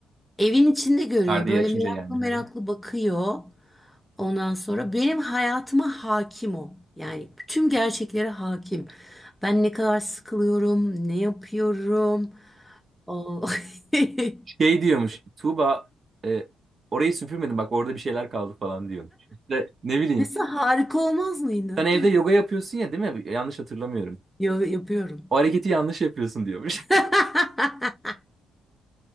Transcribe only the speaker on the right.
Perdeyi
açınca
yani. Hı
hı.
Şey diyormuş Tuğba e, orayı süpürmedim bak orada bir şeyler kaldı falan diyormuş. İşte ne bileyim
sen evde yoga yapıyorsun ya değil mi? Yanlış hatırlamıyorum.
O hareketi yanlış yapıyorsun diyormuş.